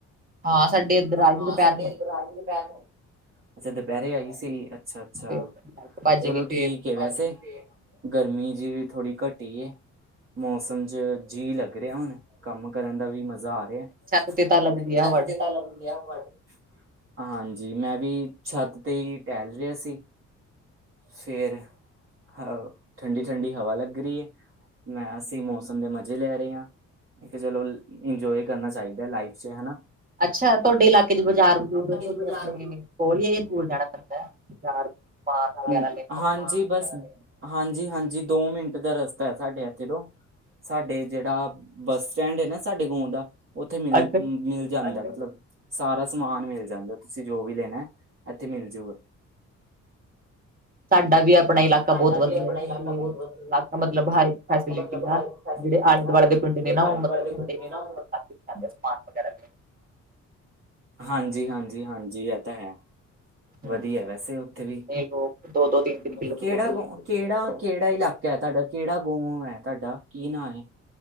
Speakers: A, on the right; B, on the right.
A: ਹਾਂ ਸਾਡੇ ਇੱਧਰ ਆਏ ਸੀ
B: ਹਾਂ
A: ਦੁਪਹਿਰ
B: ਸਾਡੇ
A: ਨੂੰ
B: ਅੰਦਰ ਆਈ ਦੁਪਹਿਰ ਨੂੰ ਅੱਛਾ ਦੁਪਹਿਰੇ ਆਈ ਸੀ ਅੱਛਾ ਅੱਛਾ
A: ਸੀ। ਭੱਜ
B: ਚਲੋ
A: ਗਈ
B: ਠੀ
A: ਫੇਰ
B: ਠੀਕ ਵੈਸੇ ਗਰਮੀ ਜਿਹੀ ਥੋੜੀ ਘਟੀ ਏ ਮੌਸਮ 'ਚ ਜੀ ਲੱਗ ਰਿਹਾ ਹੁਣ ਕੰਮ ਕਰਨ ਦਾ ਵੀ ਮਜ਼ਾ ਆ ਤੇ
A: ਛੱਤ ਤੇ ਤਾਂ ਲੱਗਦੀ
B: ਛੱਤ
A: ਆ ਹਵਾ
B: <unintelligible>
A: ਠੰਡੀ।
B: ਹਾਂਜੀ ਮੈਂ ਵੀ ਛੱਤ ਤੇ ਹੀ ਟਹਿਲ ਰਿਹਾ ਸੀ ਫੇਰ ਹਹ ਠੰਡੀ ਠੰਡੀ ਹਵਾ ਲੱਗ ਰਹੀ ਮੈਂ ਅਸੀਂ ਮੌਸਮ ਦੇ ਮਜ਼ੇ ਲੈ ਰਹੇ ਹਾਂ ਮੈਂ ਕਿਹਾ ਚਲੋ ਇੰਜੋਏ ਕਰਨਾ ਚਾਹੀਦਾ ਲਾਈਫ 'ਚ ਹੈਨਾ
A: ਅੱਛਾ ਤੁਹਾਡੇ ਇਲਾਕੇ ਦੀ ਬਾਜ਼ਾਰ ਬਜ਼ੂਰ ਤੁਹਾਡੇ
B: ਚ ਬਾਜ਼ਾਰ
A: ਆਪਣੇ ਕੋਲ ਹੀ ਦੂਰ ਜਾਣਾ ਪੈਂਦਾ ਹੈ ਬਾਜ਼ਾਰ ਸਮਾਨ ਵਗੈਰਾ
B: ਹੂੰ
A: ਲੈਣ
B: ਹਾਂਜੀ ਬਸ ਹਾਂਜੀ ਹਾਂਜੀ ਦੋ ਮਿੰਟ ਦਾ ਰਸਤਾ ਹੈ ਸਾਡੇ ਇੱਥੇ ਤੋਂ ਸਾਡੇ ਜਿਹੜਾ ਬੱਸ ਸਟੈਂਡ ਹੈ ਨਾ ਸਾਡੇ ਗੌਂ ਦਾ ਉੱਥੇ ਮਿਲ
A: ਅੱਛਾ
B: ਮਿਲ ਜਾਂਦਾ ਮਤਲਬ ਸਾਰਾ ਸਮਾਨ ਮਿਲ ਜਾਂਦਾ ਤੁਸੀਂ ਜੋ ਵੀ ਲੈਣਾ ਇੱਥੇ ਮਿਲ ਜੂਗਾ
A: ਤੁਹਾਡਾ ਵੀ ਅਪ ਆਪਣਾ ਇਲਾਕਾ
B: ਸਾਡਾ
A: ਬਹੁਤ ਵਧੀਆ
B: ਵੀ ਆਪਣਾ
A: ਸਾਡੇ
B: ਇਲਾਕਾ ਬਹੁਤ
A: ਇਲਾਕਾ
B: ਵਧੀਆ
A: ਮਤਲਬ ਹਰ ਇੱਕ
B: ਇਲਾਕਾ
A: ਫੈਸਿਲਿਟੀ
B: ਮਤਲਬ ਹਰ
A: ਆ
B: ਫੈਸਿਲਿਟੀ
A: ਜਿਹੜੇ ਆਲੇ
B: ਆ
A: ਦੁਆਲੇ ਦੇ ਤੁਹਾਡੇ
B: ਜਿਹੜੇ
A: ਨਾਲ
B: ਆਲੇ
A: <unintelligible>
B: ਦੁਆਲੇ ਦੇ ਪਿੰਡ ਨੇ ਨਾ
A: ਘੰ ਸਮਾਨ ਵਗੈਰਾ ਲੈ
B: ਹਾਂਜੀ ਹਾਂਜੀ ਹਾਂਜੀ ਇਹ ਤਾਂ ਹੈੰ
A: ਹੂੰ
B: ਵਧੀਆ ਵੈਸੇ ਉੱਥੇ ਵੀ
A: ਇਹ ਲੋਕ ਦੋ ਦੋ ਤਿੰਨ ਤਿੰਨ ਕਿਲੋਮੀਟਰ
B: ਕਿਹੜਾ
A: ਦੂਰ
B: ਕਿਹੜਾ ਕਿਹੜਾ ਇਲਾਕਾ ਤੁਹਾਡਾ ਕਿਹੜਾ ਗੋਂ ਹੈ ਤੁਹਾਡਾ ਕੀ ਨਾਂ ਏ